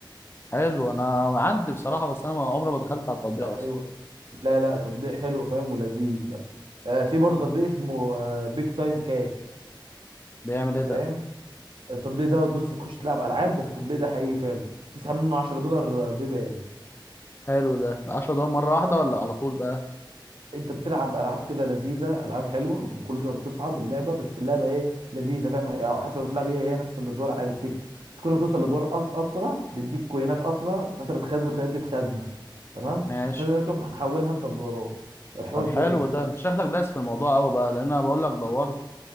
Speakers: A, on the left; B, on the right.
A: حلو انا عندي بصراحة بس انا ما- عمري ما دخلت على التطبيق
B: ايوه
A: اصلا
B: لا لا تطبيق حلو فاهم ولذيذ لا آه في برضه تطبيق اسمه آه بيج تايم كاش
A: بيعمل ايه
B: فاهم
A: ده
B: التطبيق دوت بص بتخش تلعب العاب بس التطبيق ده حقيقي فعلا تسحب منه 10 دولار آه، بيبال
A: حلو ده 10 دقايق مرة واحدة ولا على طول بقى
B: انت بتلعب العاب كده لذيذه العاب حلوه وكل شويه بتصعب اللعبه بس اللعبه ايه لذيذه فاهم يعني حتى لو بتلعب هي هي نفس الادوار عادي بتكسب بس كل ما توصل لدور أ- اسرع بيديك كوينات اسرع فانت بتخزن الكوينات دي في خزنه تمام
A: ماشي
B: الخزنه دي تروح محولها انت لدولارات الحوار
A: طب حلو
B: جامد
A: ده
B: لا
A: انت شكلك دايس في الموضوع قوي بقى لان انا بقول لك دورت